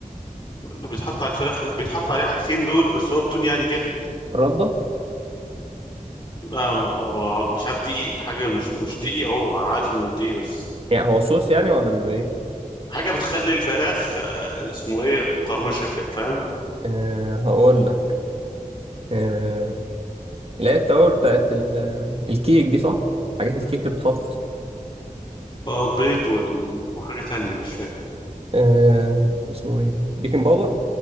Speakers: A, on the left (about 35°); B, on the right (about 45°).
A: اللي بيتحط على الفراخ بيتحط عليه حاجتين دول بس هو بدون يعني جلد
B: رده
A: لا هو مش عارف دقيق حاجة مش مش دقيق هو عارف انه مش دقيق بس
B: يعني هو صوص يعني ولا بيبقى ايه
A: حاجة بتخلي الفراخ آه، اسمه ايه مقرمشة كده فاهم
B: أه هقول لك أه اللي هي التوابل بتاعت ال- الكيك دي صح حاجات الكيك اللي بتحط
A: اه بيض وال... وحاجة تانية مش فاكر
B: آه اسمه ايه بيكن باودر